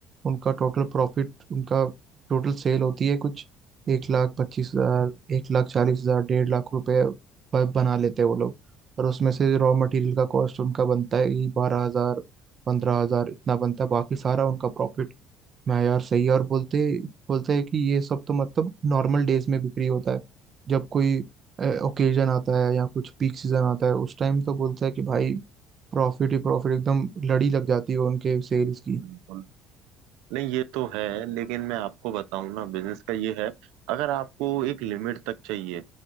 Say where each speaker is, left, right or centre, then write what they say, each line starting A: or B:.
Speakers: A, on the right; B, on the right.
A: उनका टोटल प्रॉफिट उनका टोटल सेल होती है कुछ एक लाख पच्चीस हजार एक लाख चालीस हजार डेढ़ लाख रुपए ब- बना लेते हैं वो लोग और उसमें से रॉ मटेरियल का कॉस्ट उनका बनता है ही बारह हजार पंद्रह हजार इतना बनता है बाकी सारा उनका प्रॉफिट मैं यार सही है और बोलते बोलते हैं कि ये सब तो मतलब नॉर्मल डेज में बिक्री होता है जब कोई ओकेजन आता है या कुछ पीक सीजन आता है उस टाइम तो बोलता है कि भाई प्रॉफिट ही प्रॉफिट एकदम लड़ी लग जाती है उनके सेल्स की
B: बिल्कुल नहीं ये तो है लेकिन मैं आपको बताऊं ना बिजनेस का ये है अगर आपको एक लिमिट तक चाहिए